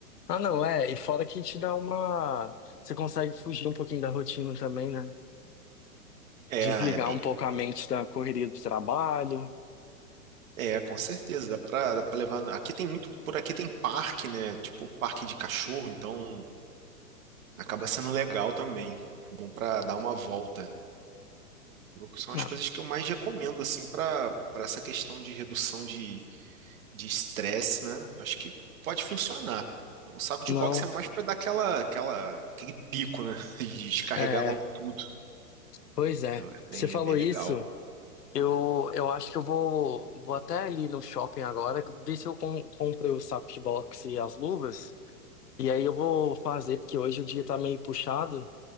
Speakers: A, on the left (about 80°); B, on the right (about 60°).
A: Ah, não, é. E fora que te dá uma. Você consegue fugir um pouquinho da rotina também, né?
B: É,
A: Desligar
B: é bem,
A: um pouco
B: é bem-
A: a mente da correria do trabalho.
B: é, com certeza, dá pra, dá pra levar. Aqui tem muito, por aqui tem parque, né? Tipo, parque de cachorro, então acaba sendo legal também. É bom pra dar uma volta. São
A: Ah,
B: as coisas que eu mais recomendo, assim, para para essa questão de redução de de estresse, né? Eu Acho que pode funcionar. O saco de
A: Não.
B: boxe é mais para dar aquela, aquela, aquele pico, né? <laughs> De descarregar
A: É,
B: logo tudo.
A: pois é.
B: Então, é bem,
A: Você falou
B: é bem
A: isso,
B: legal.
A: eu, eu acho que eu vou, vou até ali no shopping agora, ver se eu com, compro os sacos de boxe e as luvas, e aí eu vou fazer, porque hoje o dia tá meio puxado